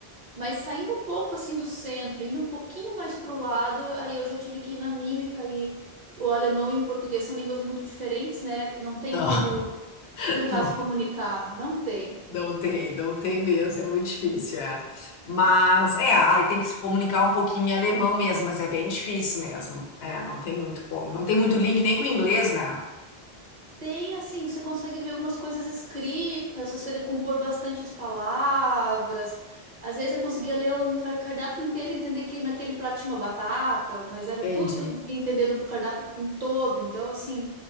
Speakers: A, on the right; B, on the left.
A: Mas saindo um pouco assim do centro, indo um pouquinho mais para o lado, aí eu já tive que ir na mímica e o alemão e o português são línguas muito diferentes, né? Não tem
B: Não,
A: como
B: <laughs>
A: tentar se
B: não.
A: comunicar. Não tem.
B: Não tem, não tem mesmo, é muito difícil, é. Mas, é, aí tem que se comunicar um pouquinho em alemão mesmo, mas é bem difícil mesmo. É, não tem muito como. Não tem muito link nem com o inglês, né?
A: Tem, assim, você consegue ver algumas coisas escritas, se você decompor bastante as palavras. Às vezes eu conseguia ler um car- cardápio inteiro e entender que naquele prato tinha uma batata, mas era
B: Entendi.
A: tudo que eu conseguia entender do cardápio em todo. Então, assim,